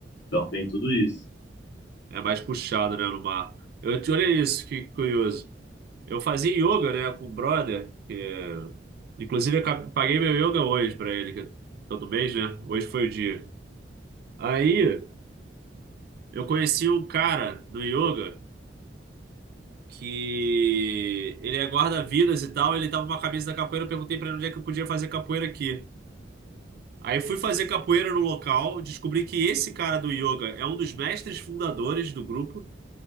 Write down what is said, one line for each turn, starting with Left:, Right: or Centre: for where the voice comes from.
Left: Então tem tudo isso.
Right: É mais puxado, né, no mar. Eu, te- olha isso, que curioso. Eu fazia yoga, né, com o brother, que, é, inclusive eu ca- paguei meu yoga hoje pra ele, que é todo mês, né? Hoje foi o dia. Aí eu conheci um cara do yoga que ele é guarda-vidas e tal, ele tava com uma camisa da capoeira, eu perguntei pra ele onde é que eu podia fazer capoeira aqui. Aí fui fazer capoeira no local, descobri que esse cara do yoga é um dos mestres fundadores do grupo,